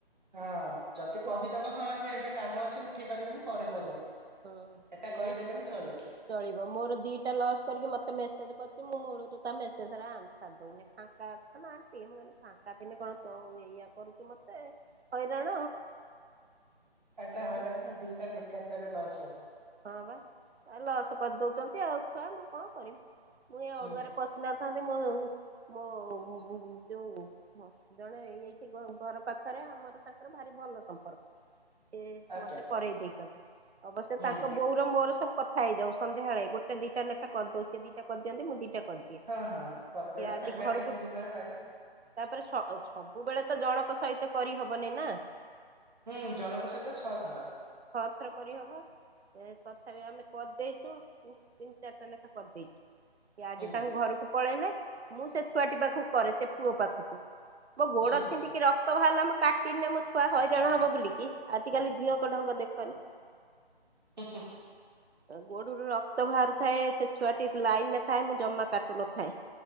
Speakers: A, on the right; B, on the right.
A: ହଁ ଯଦି
B: ଲସ୍
A: କହିଦବ ହଁ ଯେ ଏବେ କାମ ଅ ସେ ଉଠେଇ ପାରିବନି ପରେ କରନ୍ତୁ।
B: ହଁ
A: ଏଟା କହିଦେଲେ
B: ଏଇଠି
A: ବି ଚଳିବ
B: ଚଳିବ ମୋର ଦିଟା ଲସ୍ କରିକି ମ ମତେ ମେସେଜ କରୁଚି ମୁଁ ମୂଳୁରୁ ତମ ମେସେଜର ଆନସାର୍ ଦୋଉନି ଫାଙ୍କା ଅଛ ନା ଆଣ୍ଟି ମୁଁ କହିନି ଫାଙ୍କା ଥିଲେ କଣ ତୋ ଏଇଆ କରୁଚୁ ମତେ। ହଇରାଣ
A: ଏଟା
B: ଆଉ
A: ହଇରାଣ
B: ମୁଁ
A: ନା ଦିଟା ବେକାରଟାରେ ଲସ୍। ହବ।
B: ହଁ ପା ଆଉ ଲସ କରିଦୋଉଚନ୍ତି ଆଉ ଛୁଆ ମୁଁ କଣ କରିମି? ମୁଁ ଏ
A: ହୁଁ
B: ଅଡୁଆରେ ପଶି ନଥାନ୍ତି ମୋ ମୋ ଉ-ଉ-ଯୋଉ ପୁଅ ଜଣେ ଏଇଠି ଘ-ଘର ପାଖରେ ଆମର ତାଙ୍କର ଭାରି ଭଲ ସମ୍ପର୍କ। ସେ
A: ଆଜ୍ଞା
B: ମତେ କରେଇ ଦେଇଚନ୍ତି। ହଁ ବା ସେ ତାଙ୍କ
A: ହୁଁ।
B: ବୋଉର ମୋର ସବୁ କଥା ହେଇଯାଉ ସନ୍ଧ୍ୟାବେଳେ। ଗୋଟେ ଦିଟା ନେଖା କରିଦଉ ସେ ଦିଟା କରିଦିଅନ୍ତି ମୁଁ ଦିଟା କରିଦିଏ ସେ
A: ହଁ ହଁ କରିଦେବେ
B: ଆଜି
A: ଫାଙ୍କା
B: ଘରକୁ
A: ଟାଇମ୍ ଯେତେବେଳେ ପାଇବେ
B: ତାପରେ ସ-ଅ-ସବୁବେଳେ ତ ଜଣଙ୍କ ସହିତ କରିହବନି ନା।
A: ହୁଁ। ଜଣଙ୍କ ସହିତ ଛଅ ଥର
B: ଛଅ ଥର କରିହବ। ଏ-ତଥାପି ଆମେ କରିଦେଇଛୁ ଉଁ ତିନି ଚାରିଟା ଲେଖା କରିଦେଇଛୁ। ସେ ଆଜି
A: ହୁଁ
B: ତାଙ୍କ ଘରକୁ ପଳେଇଲେ। ମୁଁ ସେ ଛୁଆଟି ପାଖକୁ କରେ ସେ ପୁଅ ପାଖକୁ। ମୋ ଗୋଡ
A: ହୁଁ ହୁଁ
B: ଛିଣ୍ଡିକି ରକ୍ତ ବାହାରଲା ମୁଁ ତାକ୍ ଦିନେ ମୋ ଛୁଆ ହଇରାଣ ହବ ବୁଲି କି ଆଜିିକାଲି ଝିଅ ଙ୍କ ରଙ୍ଗ ଢଙ୍ଗ ଦେଖନି।
A: ହୁଁ ହୁଁ ହୁଁ।
B: ଗୋଡରୁ ରକ୍ତ ବାହାରୁଥାଏ। ସେ ଛୁଆଟି ଲାଇନରେ ଥାଏ। ମୁଁ ଜମା କାଟୁ ନଥାଏ।